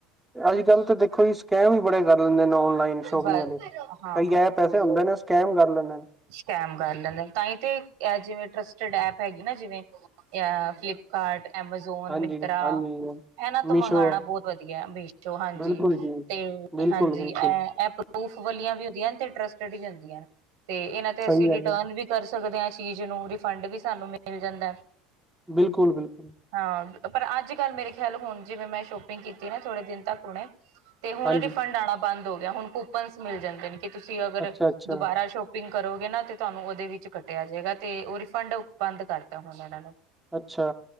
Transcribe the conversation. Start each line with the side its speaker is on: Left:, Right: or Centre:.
Centre: ਅੱਜ ਕੱਲ੍ਹ ਤਾਂ ਦੇਖੋ ਜੀ ਸਕੈਮ ਹੀ ਬੜੇ ਕਰ ਲੈਂਦੇ ਨੇ ਔਨਲਾਈਨ ਸ਼ੋਪਿੰਗ
Right: ਬਸ
Centre: ਵਾਲੇ
Right: ਹਾਂ
Centre: ਕਈ ਐ ਪੈਸੇ ਹੁੰਦੇ ਨੇ ਸਕੈਮ ਕਰ ਲੈਂਦੇ ਨੇ।
Right: ਸ਼ਕੈਮ ਕਰ ਲੈਂਦੇ ਤਾਂ ਹੀ ਤੇ ਜਿਵੇਂ ਟ੍ਰਸਟੀਡ ਐਪ ਹੈਗੀ ਨਾ ਜਿਵੇਂ। ਅ ਫਲਿਪਕਾਰਟ ਐਮਾਜ਼ੋਨ
Centre: ਹਾਂਜੀ
Right: ਮਿੱਤਰਾ।
Centre: ਹਾਂਜੀ
Right: ਇਹਨਾਂ ਤੋਂ
Centre: ਮੀਸ਼ੋ
Right: ਮੰਗਵਾਉਣਾ ਬਹੁਤ ਵਧੀਆ। ਮੇਸ਼ੋ ਹਾਂਜੀ।
Centre: ਬਿਲਕੁਲ ਜੀ
Right: ਤੇ
Centre: ਬਿਲਕੁਲ
Right: ਹਾਂਜੀ।
Centre: ਬਿਲਕੁਲ
Right: ਐ ਇਹ ਪਰੂਫ਼ ਵਾਲੀਆਂ ਵੀ ਹੁੰਦੀਆਂ ਤੇ ਇੰਟਰਸਟਿਡ ਵੀ ਹੁੰਦੀਆਂ ਤੇ ਇਹਨਾਂ ਤੇ
Centre: ਸਹੀ
Right: ਅਸੀਂ
Centre: ਗੱਲ
Right: ਰਿਟਰਨ
Centre: ਹੈ
Right: ਵੀ। ਕਰ ਸਕਦੇ ਹਾਂ ਚੀਜ਼ ਨੂੰ ਰਿਫੰਡ ਵੀ ਸਾਨੂੰ ਮਿਲ ਜਾਂਦਾ।
Centre: ਬਿਲਕੁਲ-ਬਿਲਕੁਲ।
Right: ਹਾਂ ਪਰ ਅੱਜ ਕੱਲ੍ਹ ਮੇਰੇ ਖਿਆਲ ਹੁਣ ਜਿਵੇਂ ਮੈਂ ਸ਼ੋਪਿੰਗ ਕੀਤੀ ਨਾ ਥੋੜੇ ਦਿਨ ਤੱਕ ਹੁਣੇ। ਤੇ ਹੁਣ
Centre: ਹਾਂਜੀ
Right: ਰਿਫੰਡ ਆਉਣਾ ਬੰਦ ਹੋ ਗਿਆ ਹੁਣ ਕੂਪਨਸ ਮਿਲ ਜਾਂਦੇ ਨੇ ਕਿ ਤੁਸੀਂ ਅਗਰ
Centre: ਅੱਛਾ ਅੱਛਾ
Right: ਦੁਬਾਰਾ ਸ਼ੋ। ਸੋਪਿੰਗ ਕਰੋਗੇ ਨਾ ਤੇ ਤੁਹਾਨੂੰ ਉਹਦੇ ਵਿੱਚ ਕੱਟਿਆ ਜਾਏਗਾ ਤੇ ਉਹ ਰਿਫੰਡ ਬੰਦ ਕਰਤਾ ਹੁਣ ਇਹਨਾਂ ਨੇ।
Centre: ਅੱਛਾ